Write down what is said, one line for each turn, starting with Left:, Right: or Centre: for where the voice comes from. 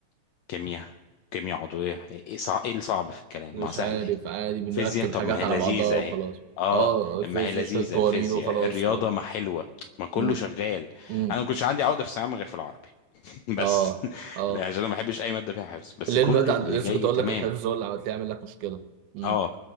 Left: كيمياء كيمياء عضوية ايه إيه صع- إيه الصعب في الكلام
Right: مش
Left: ما هو سهل
Right: عارف
Left: اهي
Right: عادي بنركب
Left: فيزياء طب
Right: حاجات
Left: ما هي
Right: على
Left: لذيذة
Right: بعضها وخلاص
Left: اهي اه
Right: اه الفيزياء
Left: ما هي لذيذة
Right: شويه قوانين
Left: الفيزياء
Right: وخلاص
Left: الرياضة
Right: اه
Left: ما حلوة ما كله
Right: مم.
Left: شغال
Right: مم.
Left: انا ما كنتش عندي عقدة في الثانوية عامة غير في العربي <laughs>
Right: اه
Left: بس
Right: اه
Left: لا عشان انا ما بحبش اي مادة فيها حفظ بس
Right: ليه
Left: كل
Right: المواد عند...
Left: اللي
Right: لسه
Left: جاي
Right: كنت اقول
Left: تمام
Right: لك الحفظ هو اللي عملت لي عامل لك مشكله امم
Left: اه